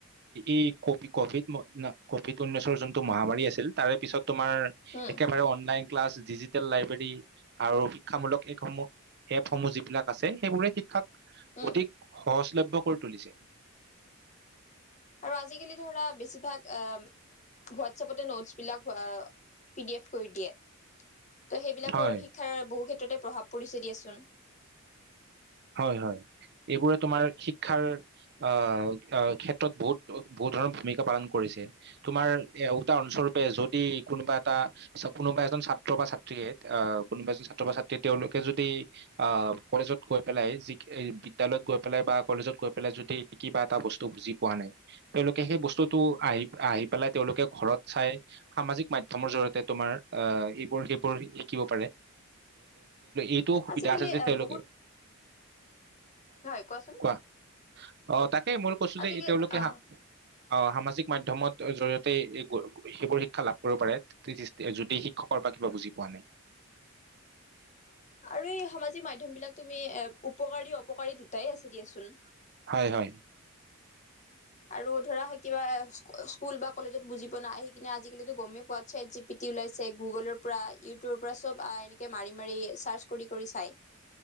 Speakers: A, on the right; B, on the left.
A: এই ক কভি কভিড উনৈছৰ যোন মহাৰী আছিল তাৰে পিছত তমাৰেলন
B: উম,
A: ক্লাছ ডিজিটেল লাইব্ৰেৰী আৰু শিক্ষামূলক এপসমূহ এপসমূহ যিবিলাক আছে সেইবোৰে শিক্ষাক
B: উম,
A: অধিক সহজলভ্য কৰি তুলিছে
B: আৰু আজিকালি ধৰা বেছিভাগ হোৱাটছপতে নোটছ বিলাক পি ডি এফ কৰি দিয়ে ত' সেইবিলাকো
A: হয়।
B: আৰু শিক্ষাৰ বহু ক্ষ্ৰত প্ৰভাৱ পৰিছে দিয়াচোন
A: হয় হয় এইবোৰে তোমাৰ শিক শিক্ষাৰ আহ আহ ক্ষেত্ৰত বহুত বহুত ধৰণৰ ভূমিকা পালন কৰিছে তোমাৰ এ উটাাৰ অস্বৰূপে যদি কোনোবা এটা কোনোবা এজন ছাত্ৰ বা ছাত্ৰীয়ে আহ কোনোবা এজন ছাত্ৰ বা ছাত্ৰীয়ে তেওঁলোকে যদি আহ কলেজত গৈ পেলাই যি বিদ্য়ালয়ত গৈ পেলাই বা কলেজত গৈ পেলাই যদি কিবা এটা বস্তু বুজি পোৱা নাই তেওঁলোকে সেই বস্তুটো আহি আহি পেলাই তেওঁলোকে ঘৰত চাই সামাজিক মাধ্য়মৰ জৰিয়তে তোমাৰ আহ এইবোৰ সেইবোৰ শিকিব পাৰে এইটো সুবিধা
B: আজিকালি
A: আছে যে তেওঁলোকে
B: বহুত হয় কোৱাচোন
A: কোৱা অ তাকেই মূল পশু
B: আজিকে
A: যে তেওঁলোকে
B: অ',
A: হা আহ সামাজিক মাধ্য়মত জৰিয়তে সেইবোৰ শিক্ষা লাভ কৰিব পাৰে যদি শিক্ষকৰ বা কিবা বুজি পোৱা নাই
B: আৰু এই সামাজিক মাধ্য়ম বিলাক তুমি এ উপকাৰ দিয় উপকাৰী দুটাই আছে দিয়াচোন
A: হয় হয়।
B: আৰু ধৰা হয় কিবা স্কুল বা কলেজত বুজি প নাই আহি কিনে আজিকালিো গমেই পোৱ চাই জি পিটি ওলাইছে গুগলৰ পৰা ইউটিউবৰ পৰা চব এ মাৰি মাৰি চাৰ্চ কৰি কৰি চাই